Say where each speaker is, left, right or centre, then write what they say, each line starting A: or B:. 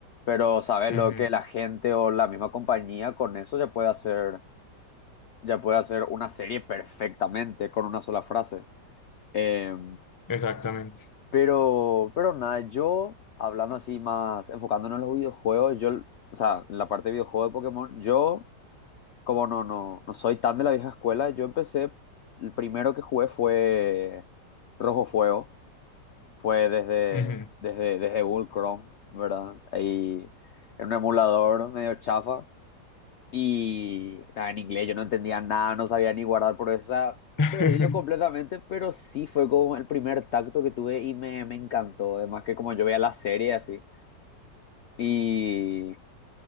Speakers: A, on the left (about 85°); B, on the left (about 30°).
A: pero sabes
B: ujú,
A: lo que la gente o la misma compañía con eso ya puede hacer ya puede hacer una serie perfectamente con una sola frase. Eh,
B: exactamente.
A: pero, pero nada, yo hablando así más, enfocándonos en los videojuegos, yo, o sea, en la parte de videojuegos de Pokémon, yo, como no, no, no soy tan de la vieja escuela, yo empecé, el primero que jugué fue Rojo Fuego, fue desde,
B: ujú.
A: desde, desde Bullcrome, ¿verdad? Ahí en un emulador medio chafa. Y nada, en inglés yo no entendía nada, no sabía ni guardar por esa.
B: <laughs>
A: Perdió completamente, pero sí fue como el primer tacto que tuve y me, me encantó. Además que como yo veía la serie así. Y